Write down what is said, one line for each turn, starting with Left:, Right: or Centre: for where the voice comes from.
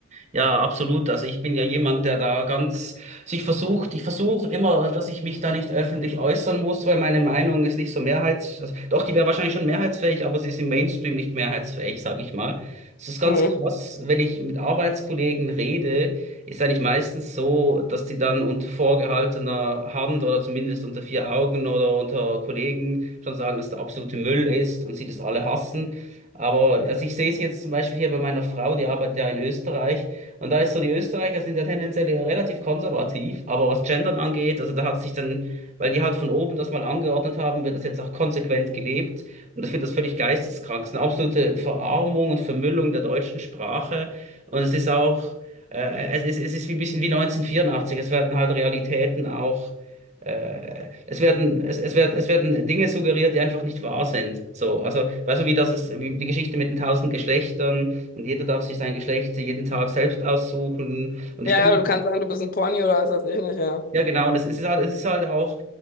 Right: Ja, absolut. Also ich bin ja jemand, der da ganz sich versucht, ich versuche immer, dass ich mich da nicht öffentlich äußern muss, weil meine Meinung ist nicht so mehrheits, also, doch, die wäre wahrscheinlich schon mehrheitsfähig, aber sie ist im Mainstream nicht mehrheitsfähig, sage ich mal. Es ist ganz
Left: Mhm.
Right: krass, wenn ich mit Arbeitskollegen rede, ist eigentlich meistens so, dass die dann unter vorgehaltener Hand oder zumindest unter vier Augen oder unter Kollegen schon sagen, dass der absolute Müll ist und sie das alle hassen. Aber also ich sehe es jetzt zum Beispiel hier bei meiner Frau, die arbeitet ja in Österreich. Und da ist so, die Österreicher sind ja tendenziell eher relativ konservativ, aber was Gendern angeht, also da hat sich dann, weil die halt von oben das mal angeordnet haben, wird das jetzt auch konsequent gelebt. Und ich finde das völlig geisteskrank. Es ist eine absolute Verarmung und Vermüllung der deutschen Sprache. Und es ist auch, äh, es ist, es ist wie ein bisschen wie 1984. Es werden halt Realitäten auch, äh, es werden, es, es werden, es werden Dinge suggeriert, die einfach nicht wahr sind. So, also, weißt du, wie das ist, wie die Geschichte mit den tausend Geschlechtern und jeder darf sich sein Geschlecht jeden Tag selbst aussuchen. Und ich
Left: Ja,
Right: kann
Left: ja,
Right: mir
Left: du kannst sagen, du bist ein Pony oder was weiß ich nicht, ja.
Right: ja, genau, und es ist halt, es ist halt auch,